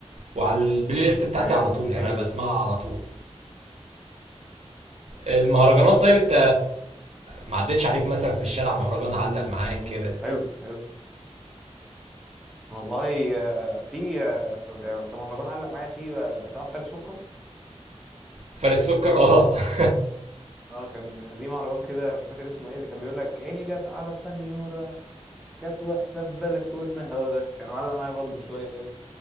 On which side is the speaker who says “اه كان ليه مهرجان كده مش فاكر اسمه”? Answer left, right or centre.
Centre